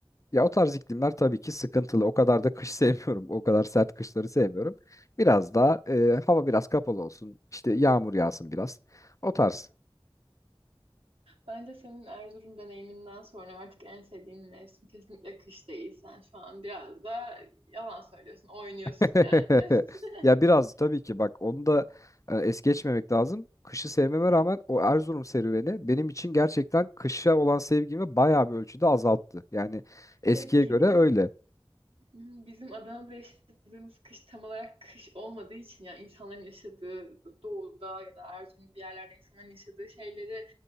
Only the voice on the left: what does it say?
Ya o tarz iklimler tabii ki sıkıntılı. O kadar da kış <laughs> sevmiyorum. O kadar sert kışları sevmiyorum. Biraz daha e, hava biraz kapalı olsun. İşte yağmur yağsın biraz. O tarz.
<laughs>
Ya
biraz tabii ki bak onu da e, es geçmemek lazım. Kışı sevmeme rağmen o Erzurum serüveni benim için gerçekten kışa olan sevgimi bayağı bir ölçüde azalttı. Yani eskiye
göre öyle.